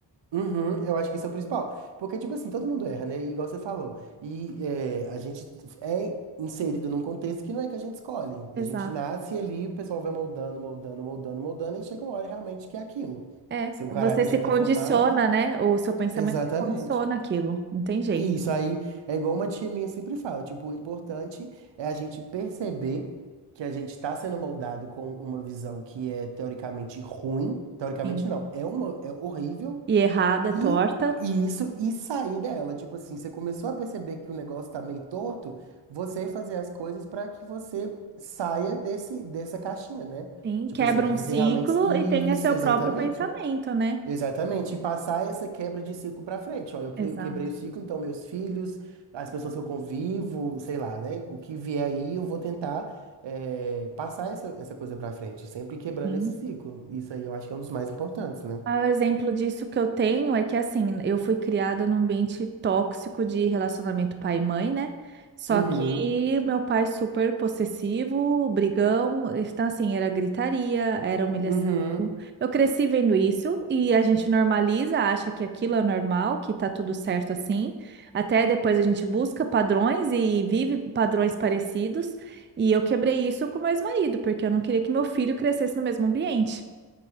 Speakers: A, on the right; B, on the right.
A: Uhum, eu acho que isso é o principal. Porque, tipo assim, todo mundo erra, né? E Igual você falou. E é, a gente é inserido num contexto que não é que a gente escolhe.
B: Exato.
A: A gente nasce ali, o pessoal vai moldando, moldando, moldando, moldando, e chega uma hora realmente que é aquilo.
B: É,
A: Seu
B: você
A: caráter
B: se
A: já
B: condiciona,
A: tá formado.
B: né? O seu pensamento
A: Exatamente.
B: se condiciona aquilo, não tem jeito.
A: E isso aí é igual uma tia minha sempre fala, tipo, o importante é a gente perceber que a gente está sendo moldado com uma visão que é teoricamente ruim, teoricamente
B: Sim,
A: não, é uma, é horrível,
B: e errada, torta.
A: e, e isso, e sair dela, tipo assim, você começou a perceber que o negócio tá meio torto, você fazer as coisas para que você saia desse, dessa caixinha, né?
B: Sim,
A: Tipo
B: quebra
A: assim, que
B: um
A: você
B: ciclo
A: realmente...
B: e tenha
A: Isso,
B: seu
A: exatamente.
B: próprio pensamento, né?
A: Exatamente, e passar essa quebra de ciclo pra frente. Ó, eu que-
B: Exato.
A: eu quebrei o ciclo, então meus filhos, as pessoas que eu convivo, sei lá, né? O que vier aí, eu vou tentar é, passar essa, essa coisa pra frente, sempre quebrando
B: Sim.
A: esse ciclo. Isso aí eu acho que é um dos mais importantes, né?
B: Ah, O exemplo disso que eu tenho é que, assim, eu fui criada num ambiente tóxico de relacionamento pai e mãe, né? Só
A: Uhum,
B: que meu pai super possessivo, brigão, então, assim, era gritaria, era humilhação.
A: uhum.
B: Eu cresci vendo isso e a gente normaliza, acha que aquilo é normal, que tá tudo certo assim. Até depois a gente busca padrões e vive padrões parecidos. E eu quebrei isso com meu ex-marido, porque eu não queria que meu filho crescesse no mesmo ambiente.